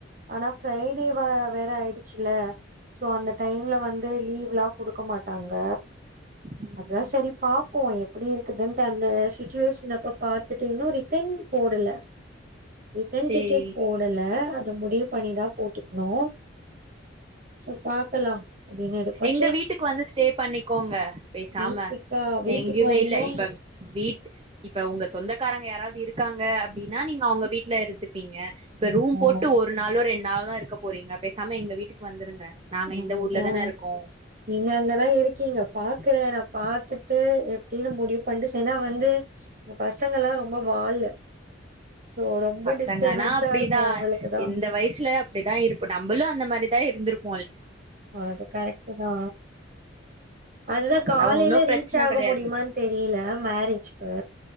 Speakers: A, on the right; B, on the right.
A: ஆனா ஃப்ரைடே வ வேற ஆயிடுச்சில்ல சோ அந்த டைம்ல வந்து லீவ்லா குடுக்க மாட்டாங்க
B: ம்
A: அதுதா செரி பாப் போ எப்டி இருக்குதுன்ட்டு அந்த சிச்சிவேஷன் அப்போ பாத்துட்டு இன்னு ரிட்டன் போடல ரிட்டன்
B: சேரி
A: டிக்கெட் போ டல அது முடிவு பண்ணிதா போட்டுக்னு சேர் பாக்கலா கிவ் மீ ஐடி காட்
B: எங்க வீட்டுக்கு வந்து ஸ்டே பண்ணிக்கோங்க பேசாம
A: வீட்டுக்கா வீட்டுக்கு
B: எங்கயுமே
A: வந்தா
B: இல்ல இப்ப வீட்டு இப் ப உங்க சொந்தக்காரங்க யாராவது இருக்காங்க அப்டினா நீங்க அவுங்க வீட்ல இருந்துப்பீங்க இப்ப
A: ஆமா
B: ரூம் போட்டு ஒரு ஒரு நாளோ ரெண்டு நாளோ தா இருக்க போறீங்க பேசாம எங்க வீட்டுக்கு வந்துருங்க நாங்க
A: நல்லதுதா
B: இந்த ஊர்ல தான இருக்கோ
A: நீங்க அங்கதா இருக்கிங்க பாக்குற நா பாத்துட்டு எப்டினு முடிவு பண்ட்டு செய் ஏனா வந்து இந்த பசங்க எல்லா ரொம்ப வாலு சோ ரொம்ப
B: பசங்கனா
A: டிஸ்டபன்ஸா
B: அப்டிதா
A: இருக்கு உங்களுக்குதா
B: இந்த வயசுல அப்டிதா இருப்போ நம்மளு அந்த மாரிதா இருந்துருப்
A: அது கரெக்டு தா அதுதா
B: அதெல்லா
A: காலையில
B: ஒன்னு பிரச்சன
A: ரீச் ஆக
B: கெடையாது
A: முடியுமா தெரியில மேரேஜிக்கு